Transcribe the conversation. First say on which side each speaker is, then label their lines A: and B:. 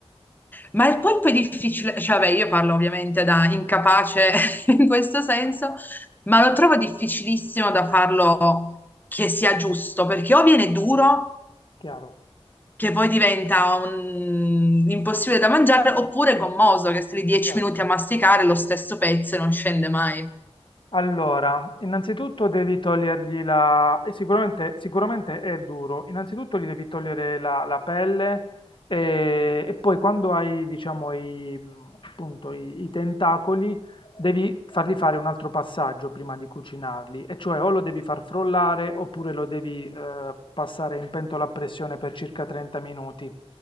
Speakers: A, on the left (about 15°); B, on the left (about 50°).
A: Ma il polpo è difficile, cioè vabbè, io parlo ovviamente da incapace <laughs> in questo senso, ma lo trovo difficilissimo da farlo che sia giusto, perché o viene duro,
B: chiaro,
A: che poi diventa un- impossibile da mangiare, oppure gommoso, che stai lì 10
B: certo.
A: minuti a masticare lo stesso pezzo e non scende mai.
B: Allora, innanzitutto devi togliergli la... e Sicuramente, sicuramente è duro. Innanzitutto gli devi togliere la, la pelle e, e poi quando hai, diciamo, i, mh, appunto, i, i tentacoli, devi fargli fare un altro passaggio prima di cucinarli. E cioè o lo devi far frollare oppure lo devi eh, passare in pentola a pressione per circa 30 minuti.